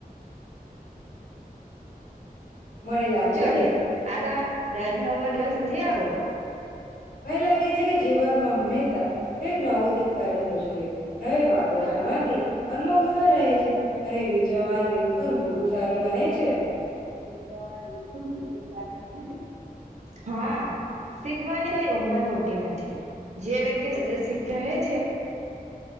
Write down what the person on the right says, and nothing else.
સાચચોહી
આ દર નવો દિવસ નથી આવતો.
વે
સારી બને હા શીખવાની કોઈ ઉમર હોતી નથી જે વ્યક્તિ સતત શીખ રહે છે.